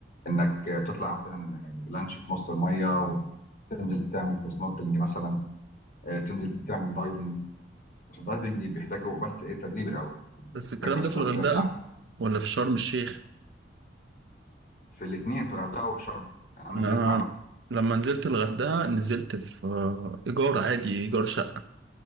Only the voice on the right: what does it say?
بس
الكلام
ده في
الغردقة
ولا في شرم الشيخ
أنا
لما نزلت الغردقة نزلت في آه، إيجار عادي إيجار شقة